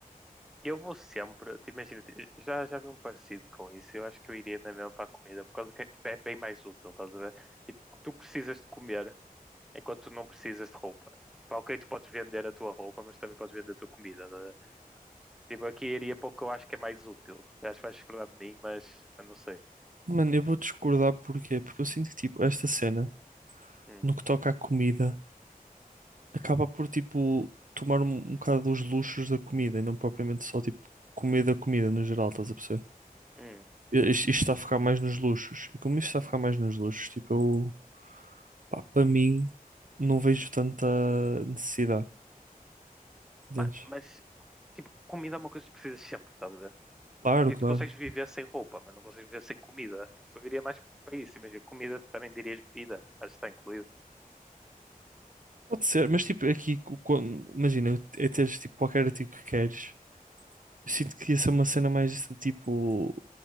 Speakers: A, in the centre; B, on the right.
A: eu vou sempre, te imagina, te- já, já vi um parecido com isso, eu acho que eu iria na mesma para a comida, por causa que é é bem mais útil, estás a ver? Tipo, tu precisas de comer. enquanto tu não precisas de roupa. Tipo, ok, tu podes vender a tua roupa, mas também podes vender a tua comida. tá a ver? Tipo, aqui iria para o que eu acho que é mais útil. Eu acho que vais discordar de mim, mas eu não sei.
B: Mano, eu vou discordar porquê? Porque eu sinto que, tipo, esta cena,
A: Hum,
B: no que toca à comida, acaba por, tipo, tomar um, um bocado dos luxos da comida e não propriamente só, tipo, comida, comida no geral, estás a perceber?
A: hum.
B: I- Isto, isto está a ficar mais nos luxos. E como isto está a ficar mais nos luxos, tipo, eu, pá, para mim, não vejo tanta necessidade. Entendes?
A: Mas, mas, tipo, comida é uma coisa que precisas sempre, estás a ver?
B: Claro,
A: Tipo,
B: claro.
A: tu consegues viver sem roupa, mas não consegues viver sem comida. Tipo, eu iria mais para isso. Imagina, comida também dirias bebida, acho que está incluído.
B: Pode ser, mas tipo, aqui, co- quando, imagina, é teres tipo qualquer artigo que queres. Eu Sinto que ia ser uma cena mais de tipo,